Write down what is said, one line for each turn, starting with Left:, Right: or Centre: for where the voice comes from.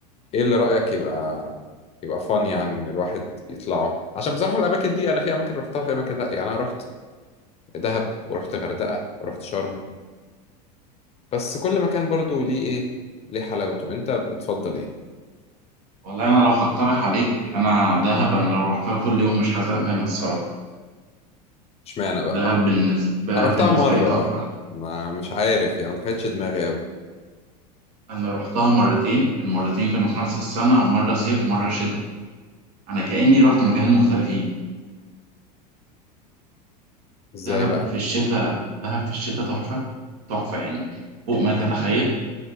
Left: ايه اللي رأيك يبقى يبقى فن يعني ان الواحد يطلعه عشان بصراحة الاماكن دي انا في اماكن رحتها في اماكن لا يعني انا رحت دهب ورحت غردقة ورحت شرم بس كل مكان برضو ليه ايه ليه حلاوته انت بتفضل ايه
Right: والله انا لو هقترح عليك انا دهب انا لو رحتها كل يوم مش هزهق منها الصراحة
Left: اشمعنى بقى
Right: دهب بالنسبة دهب
Left: انا رحتها
Right: بالنسبة
Left: مرة
Right: لي تحفة
Left: ما مش عارف يعني ما دخلتش دماغي قوي
Right: انا رحتها مرتين المرتين كانوا في نفس السنة مرة صيف مرة شتاء انا كأني رحت مكانين مختلفين
Left: ازاي
Right: دهب
Left: بقى
Right: في الشتاء دهب في الشتاء تحفة تحفة يعني فوق ما تتخيل